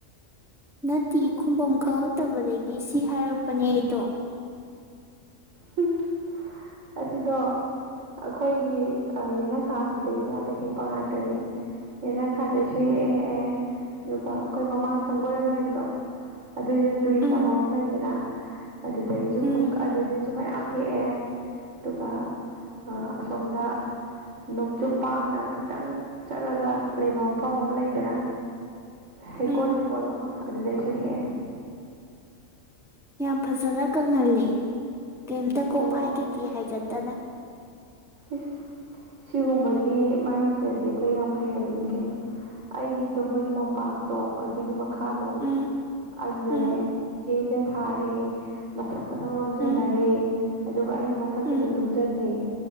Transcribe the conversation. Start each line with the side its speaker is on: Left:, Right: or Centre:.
Centre: ꯅꯠꯇꯦ ꯈꯨꯝꯕꯝ ꯈꯪꯉꯛꯇꯕꯗꯒꯤ ꯁꯤ ꯍꯥꯏꯔꯛꯄꯅꯦ ꯑꯩꯗꯣ
Right: ꯍꯨꯝ ꯑꯁꯤꯗꯣ ꯑꯈꯣꯏꯒꯤ ꯑ ꯌꯦꯅꯈꯥꯁꯤꯗꯒꯤ ꯉꯥꯛꯇ ꯍꯦꯛꯄ ꯉꯥꯛꯇꯅꯦ ꯌꯦꯅꯈꯥꯗꯩꯁꯨ ꯍꯦꯛꯑꯦ ꯑꯗꯨꯒ ꯑꯈꯣꯏ ꯃꯃꯥꯡ ꯁꯪꯒꯣꯏ ꯑꯃ ꯂꯩꯕꯗꯣ ꯑꯗꯨꯒꯤꯗ ꯆꯨꯔꯤ
Centre: ꯎꯝ
Right: ꯇꯥꯕꯝ ꯑꯃ ꯂꯩꯗꯅ ꯑꯗꯨꯗꯒꯤꯁꯨ
Centre: ꯎꯝ
Right: ꯈꯨꯟꯀꯠ ꯑꯗꯨꯗꯩꯁꯨ ꯐꯅꯌꯥꯝ ꯍꯦꯛꯑꯦ ꯗꯨꯒ ꯑ ꯑꯁꯣꯝꯗ ꯅꯣꯡꯆꯨꯞ ꯄꯥꯡꯅ ꯈꯩꯇꯪ ꯆꯠꯂꯒ ꯂꯩꯕ ꯃꯐꯝ ꯑꯃ ꯂꯩꯗꯅ ꯍꯩꯀꯣꯜ
Centre: ꯎꯝ
Right: ꯂꯩꯀꯣꯜ ꯑꯃ ꯑꯗꯨꯗꯩꯁꯨ ꯍꯦꯛꯑꯦ
Centre: ꯌꯥꯝ ꯐꯖꯅ ꯀꯪꯍꯜꯂꯦ ꯀꯩꯝꯇ ꯀꯣꯛꯐꯥꯏ
Right: ꯑꯣ
Centre: ꯀꯩꯀꯤ ꯍꯥꯏꯒꯠꯇꯅ
Right: ꯏꯁ ꯁꯤꯒꯨꯝꯕꯒꯤ ꯃꯔꯝꯁꯤꯗꯗꯤ ꯑꯈꯣꯏ ꯌꯥꯝ ꯍꯩꯔꯕꯅꯤ ꯀꯩꯅꯣ ꯑꯩꯒꯤ ꯇꯨꯝꯕꯒꯤ ꯃꯣꯝꯄꯥꯛ ꯇꯣ ꯑꯗꯨꯒꯤ ꯃꯈꯥꯗꯣ
Centre: ꯎꯝ
Right: ꯑꯗꯨꯗꯅꯦ
Centre: ꯎꯝ
Right: ꯆꯦꯁꯦ ꯊꯥꯔꯦ ꯃꯊꯛ ꯃꯊꯪ ꯂꯣꯟꯖꯟꯅꯔꯦ
Centre: ꯎꯝ
Right: ꯑꯗꯨꯒ ꯑꯩꯅ ꯃꯊꯛꯇꯨꯗ
Centre: ꯎꯝ
Right: ꯇꯨꯝꯖꯜꯂꯦ